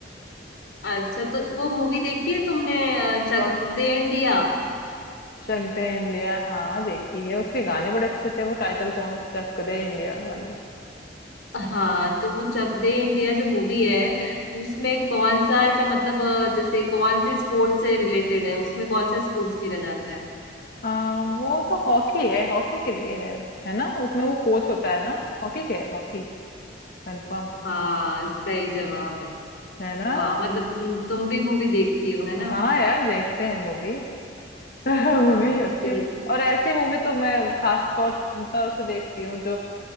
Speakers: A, on the left; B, on the left.
A: अच्छा तो वो मूवी देखी है तुमने अ, चक
B: कौन से
A: दे इंडिया
B: चक दे इंडिया हाँ देखी है उसके गाने बड़े अच्छे थे वो title song Chak De India वाले
A: हाँ तो वो चक दे इंडिया जो मूवी है उसमें कौन सा ऐसा मतलब अ, जैसे कौन से स्पोर्ट्स से रिलेटेड है उसमें कौन सा स्पोर्ट्स खेला जाता है
B: आ, वो तो हॉकी है हॉकी के लिए है है ना उसमें वो कोच होता है ना हॉकी के है हॉकी कंफर्म
A: हाँ सही जवाब है
B: है ना
A: वाह मतलब तुम तुम भी मूवी देखती हो है ना
B: हाँ यार देखते हैं मूवी मूवी
A: हाँ
B: <laughs> अच्छी
A: तो ये
B: और ऐसी मूवी तो मैं खास तौर तौर से देखती हूँ जो